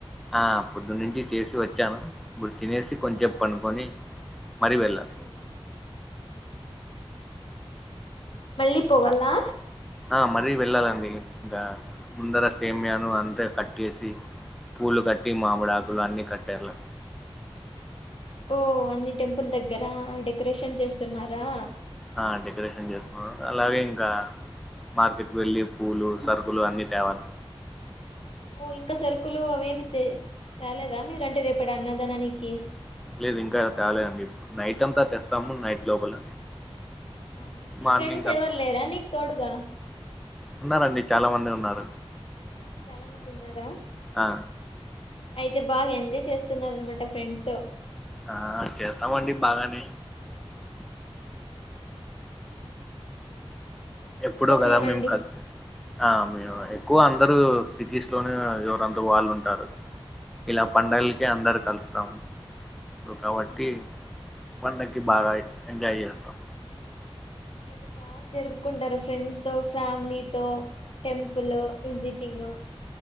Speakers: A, in the centre; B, on the left.
A: ఆ పొద్దు నుంచి చేసి వచ్చాను తినేసి కొంచె సేపు
B: ఆ
A: పనుకొని మళ్ళీ వెెళ్ళం
B: మ్మ్ మళ్ళీ పోవాలా
A: ఆ మరీ వెళ్ళాలండి ఇంకా ముందర సేమ్యాను అంతే కట్సి పూలు కట్టి మా మూడు ఆకులు అన్ని కట్టారు లే
B: ఓ అన్ని టెంపుల్ దగ్గరా డెకరేషన్ చేస్తున్నారా
A: ఆ డెకరేషన్ చేస్తుం అలాగే ఇంకా మార్కెట్కి వెళ్ళి పూలు సరుకులు అన్ని తేవాలి
B: ఓ ఇంకా సరుకులు అవేమి తె తేలేదా మీరంటే రేపటీ అన్నదనానికి
A: లేదు ఇంకా తాలేదు అండి ఇప్పుడు నైట్ అంతా తెస్తాము నైట్ లోపల
B: అవునా మీ
A: మార్నింగ్
B: ఫ్రెండ్స్
A: అంత
B: ఎవరు లేరా నీకు తోడుగా <inaudible>
A: ఉన్నారండి చాలా మంది ఉన్నారు
B: చాలా మంది ఉన్నారా
A: ఆ
B: అయితే బాగా ఎంజాయ్ చేస్తున్నారన్నామాట ఫ్రెండ్స్ తో
A: ఆ చేస్తామండి బాగానే
B: మీరే
A: ఎప్పుడో కదా
B: మేలండి
A: మేము కలిసి ఆ మేము
B: అవునవును
A: ఎక్కువ అందరూ సిటీస్ లోనే ఎక్కువ వాళ్ళు ఉంటారు ఇలా పండుగలకి
B: అవునవును
A: అందరం కలుస్తాము కాబట్టి
B: అవునండి
A: పండక్కీ బాగా ఎంజాయ్ చేస్తాం
B: అయితే బాగా జరుపుకుంటారా ఫ్రెండ్స్ తో ఫ్యామిలీ తో టెంపుల్ విజిటింగ్